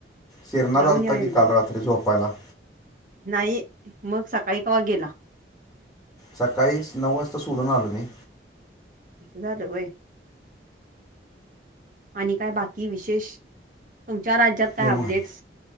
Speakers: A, in the centre; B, on the right (about 45°).
A: शिरनाथ
B: जाऊन
A: आलता
B: येऊ एकदा
A: की, काल रात्री झोपायला.
B: नाही, मग सकाळी कवा गेला.
A: सकाळी नऊ वाजता सोडून आलो मी.
B: असं झालं व्हय. आणि काय बाकी विशेष तुमच्या राज्यात काय
A: निव्हान
B: अपडेट्स?